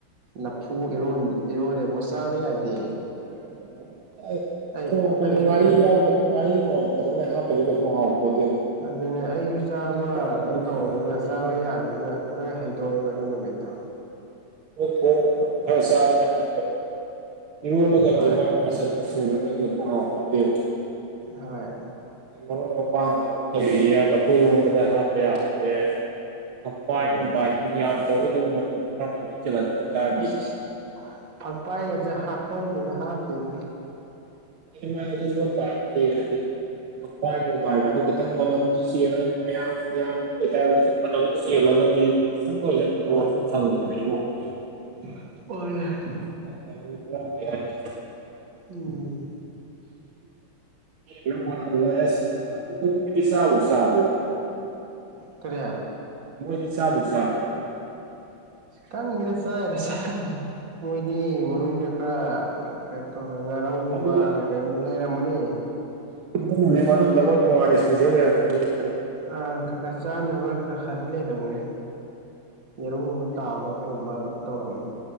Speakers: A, on the right; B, on the right.
A: ꯂꯐꯨ ꯏꯔꯣꯟ ꯏꯔꯣꯜꯂꯦꯕꯀꯣ ꯆꯥꯕ ꯌꯥꯗꯦ
B: <unintelligible>
A: ꯑꯩ
B: ꯊꯣꯡꯕꯗꯨ
A: ꯑꯩꯁꯨ
B: ꯉꯥꯔꯤ
A: ꯑꯗꯨꯝ
B: ꯌꯥꯎꯗ ꯉꯥꯔꯤ ꯃꯣꯔꯣꯛ ꯐꯖꯅ ꯂꯣꯏ ꯍꯥꯞꯇ꯭ꯔꯗꯤ ꯀꯩꯁꯨ ꯍꯥꯎꯄꯣꯇꯦꯗ
A: ꯑꯗꯨꯅꯦ ꯑꯩꯖꯨ ꯆꯥꯕ
B: ꯑꯃꯗ
A: ꯀꯩꯅꯣ ꯇꯧꯕꯅꯤꯅ ꯆꯥꯕ ꯌꯥꯗꯗꯅ ꯂꯣꯏ ꯍꯩꯗꯣꯛꯑꯦꯕ ꯑꯗꯨ ꯅꯨꯃꯤꯠꯇꯣ
B: ꯊꯣꯡꯉ ꯈꯔ ꯆꯥꯕ ꯌꯥꯅꯤ ꯏꯔꯣꯜꯂꯒꯗꯤ
A: ꯍꯣꯏ
B: ꯃꯥꯒꯤ ꯃꯆꯟ <unintelligible> ꯍꯥꯎꯄꯣꯟꯇꯦꯕ
A: ꯍꯣꯏ
B: ꯃꯔꯣꯏ ꯃꯄꯥꯡ ꯍꯥꯏꯕ ꯑꯃ <unintelligible> ꯂꯐꯨ ꯏꯔꯣꯝꯕꯗ ꯍꯥꯞꯄ ꯌꯥꯕꯁꯦ ꯊꯛꯄꯥꯏ
A: ꯎꯝ
B: ꯅꯨꯡꯕꯥꯥꯏꯖꯨ ꯌꯥꯝꯗ꯭ꯔꯒꯗꯖꯨ ꯃꯅꯝꯅ ꯈꯔ ꯈꯔ ꯂꯣꯏ ꯆꯦꯜꯍꯟꯕ ꯑꯣꯏꯇꯥꯔꯗꯤ
A: ꯑꯁ ꯐꯛꯄꯥꯏꯒꯁꯦ ꯍꯥꯞꯄꯟꯗꯦꯗ ꯍꯥꯞꯇꯦꯗ
B: <unintelligible> ꯃꯥ ꯑꯗꯨ ꯂꯣꯟ ꯇꯥꯔꯒꯗꯤ ꯍꯥꯏꯗꯤ <unintelligible> ꯐꯛꯄꯥꯏ ꯅꯨꯡꯕꯥꯏꯒꯗꯣ ꯈꯤꯇꯪ ꯃꯅꯝꯗꯣ ꯆꯦꯜꯂꯒꯗꯤ ꯃꯌꯥꯝ ꯌꯥꯝꯕ ꯑꯣꯏꯇꯥꯔꯒ ꯀꯟꯕ꯭ꯔꯠ ꯑꯃ ꯆꯦꯜꯂꯒꯗꯤ ꯈꯤꯇꯪꯗ ꯑꯣꯏꯖꯨ ꯔꯣꯁꯇꯣ
A: ꯃꯥ
B: ꯐꯪꯉꯦꯕ ꯏꯔꯣꯟꯕꯒꯤ
A: <unintelligible>
B: <unintelligible>
A: ꯎꯝ
B: ꯍꯣꯠꯅꯕꯗ ꯑꯦꯁ ꯑꯗꯨ ꯃꯣꯏꯗꯤ ꯆꯥꯕ꯭ꯔꯣ ꯆꯥꯕ꯭ꯔꯣ
A: ꯀꯔꯦ
B: ꯃꯣꯏꯗꯤ ꯆꯥꯕꯨ ꯆꯥꯕ꯭ꯔꯕ
A: ꯈꯪꯗꯦꯅ ꯆꯥꯏꯔ ꯆꯥꯗ꯭ꯔꯦ ꯃꯣꯏꯗꯤ ꯃꯅꯨꯡꯗ ꯈꯔ ꯑ ꯀꯩ <unintelligible> ꯉꯥꯔꯧꯒꯨꯝꯕ
B: ꯑꯗꯨ
A: ꯀꯩ ꯀꯩꯅꯣ ꯂꯩꯔꯝꯒꯅꯤ
B: ꯑꯗꯨꯕꯨꯗꯤ ꯃꯅꯨꯡꯗ ꯃꯣꯏ ꯇꯣꯉꯥꯟꯅ ꯏꯁꯄꯤꯁꯦꯜ ꯂꯩꯔꯝꯒꯅꯤꯌꯦ
A: ꯑꯥ ꯈ ꯈ ꯆꯥꯅꯕ ꯍ ꯍꯥꯗꯤ ꯂꯩꯔꯝꯒꯅꯤ ꯌꯦꯔꯨꯝꯒꯨꯝꯕ ꯇꯥꯎꯔꯒꯒꯨꯝꯕ ꯑꯗꯨ ꯇꯧꯔꯝꯃꯅꯤ